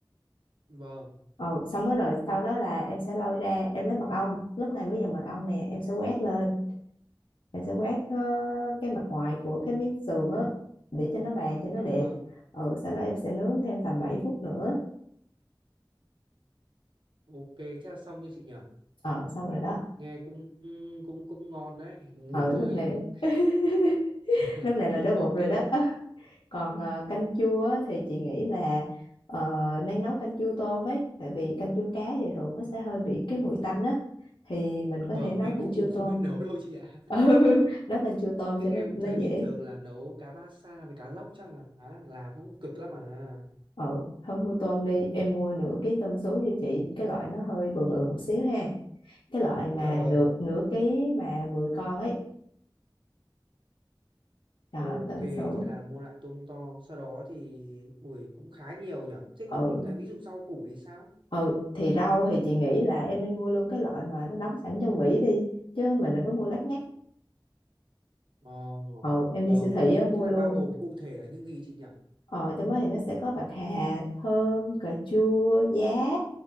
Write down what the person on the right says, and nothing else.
Vâng,
dạ
vâng.
Ok, thế là xong như chị nhở
Nghe cũng cũng cũng ngon đấy, ngửi
thôi.
<laughs>
Ok.
Vâng,
em
cũng
không không
biết nấu <laughs> đâu chị ạ.
Chứ
em
thấy
bình thường là nấu cá ba sa với cá lóc chắc là làm cũng cực lắm à.
Dạ vâng.
Ok,
thế
là mua lại tôm to, sau đó thì ui cũng khá nhiều nhở Thế còn
những cái ví dụ rau củ thì sao?
Ờ,
vâng,
thế là
bao gồm cụ thể là những gì chị nhỉ?